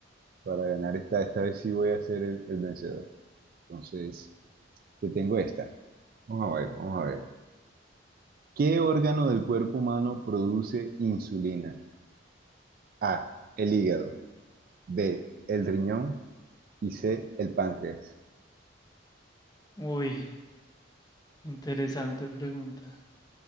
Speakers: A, on the right (about 50°); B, on the left (about 20°).
A: para ganar esta. Esta vez sí voy a ser el, el vencedor. Entonces, te tengo esta. Vamos a ver, vamos a ver. ¿Qué órgano del cuerpo humano produce insulina? A, el hígado, B, el riñón y C, el páncreas.
B: Uy, interesante pregunta,